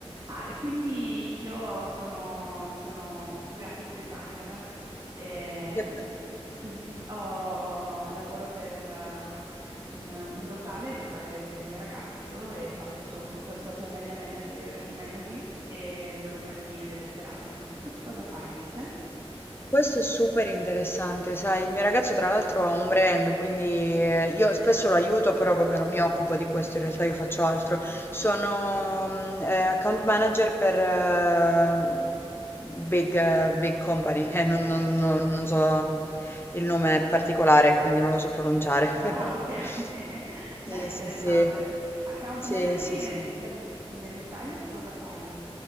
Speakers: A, on the right; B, on the left.
A: Ah, e quindi io sono, sono graphic designer, ehm,
B: Che be-
A: <laughs> mhm, ho- lavoro per eh, un, un locale, il locale del mio ragazzo, e faccio tutto il social media manager, managing e le, le locandine delle serate. Tu che cosa fai invece?
B: Questo è super interessante, sai, il mio ragazzo tra l'altro ha un brand, quindi eh, io spesso lo aiuto, però vabbè non mi occupo di questo, in realtà io faccio altro. Sono mm, eh, account manager per eh, big, eh, big company, <laughs> eh, non, non- non- non so il nome particolare, quindi non lo so pronunciare. <laughs>
A: Ah, ok. <laughs>
B: Sì,
A: Beh, interessante.
B: sì, sì.
A: Account
B: Sì,
A: managing,
B: sì,
A: eh,
B: sì.
A: per il- nel dettaglio che cosa fai?